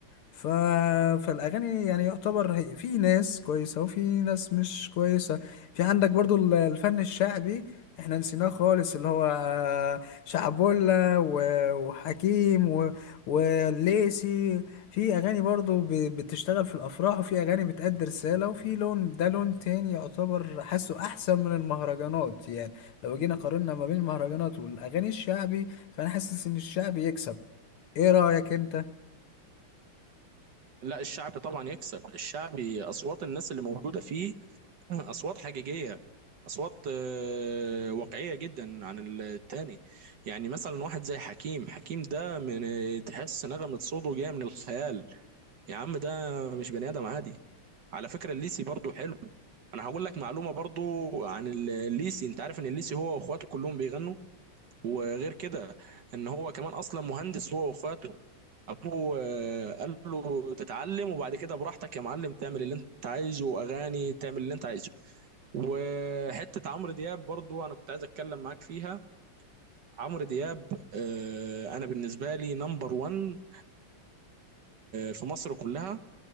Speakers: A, on the left; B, on the right.
A: ف... فالاغاني يعني يعتبر هي- في ناس كويسه وفي ناس مش كويسه في عندك برضو ال- الفن الشعبي احنا نسيناه خالص اللي هو شعبولة و- وحكيم و- والليسي في اغاني برضو ب- بتشتغل في الافراح وفي اغاني بتأدي رسالة وفي لون ده لون تاني يعتبر حاسه احسن من المهرجانات يعني لو جينا قارنا ما بين المهرجانات والاغاني الشعبي فانا حاسس ان الشعبي يكسب ايه رأيك انت
B: لا الشعبي طبعا يكسب الشعبي اصوات الناس اللي موجوده فيه <laughs> اصوات حقيقيه اصوات آه، واقعيه جدا عن التاني يعني مثلا واحد زي حكيم حكيم ده من تحس نغمه صوته جايه من الخيال يا عم ده مش بني ادم عادي على فكره الليسي برضو حلو انا هقول لك معلومه برضو عن الليسي انت عارف ان الليسي هو واخواته كلهم بيغنوا وغير كده ان هو كمان اصلا مهندس هو واخواته ابوه آه، قال له تتعلم وبعد كده براحتك يا معلم تعمل اللي انت عايزه واغاني تعمل اللي انت عايزه وحته عمرو دياب برضو انا كنت عايز اتكلم معاك فيها عمرو دياب آه، انا بالنسبه لي نمبر 1 في مصر كلها